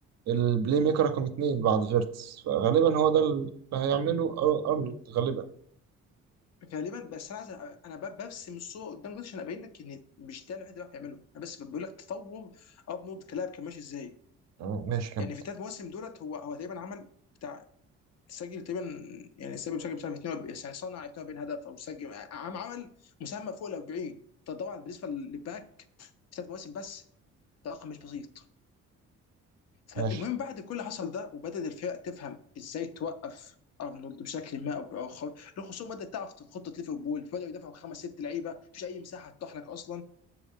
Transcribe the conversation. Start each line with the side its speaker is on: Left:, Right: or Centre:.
Right: البلاي ميكر رقم اتنين بعد فيرتس فغالبا هو ده اللي هيعمله أر- ارنولد غالبا
Left: غالبا بس انا عايز أ- انا ب- برسم الصوره قدام جدتي عشان ابين لك ان مش ده الوحيد اللي بيعرف يعمله انا بس بقول لك تطور ارنولد كلاعب كان ماشي ازاي
Right: تمام، ماشي كمل
Left: يعني في ثلاث مواسم دولت هو هو تقريبا عمل بتاع سجل تقريبا يعني سجل سجل بتاع 42 يعني صنع 42 هدف او سجل عم عمل مساهمه فوق ال 40 ده طبعا بالنسبه للباك في ثلاث مواسم بس ده رقم مش بسيط فالمهم
Right: ماشي
Left: بعد كل اللي حصل ده وبدأت الفرق تفهم ازاي توقف ارنولد بشكل ما او باخر الخصوم بدأت تعرف خطة ليفربول بدأوا يدافعوا خمس ست لعيبة مفيش اي مساحة تتاح لك اصلا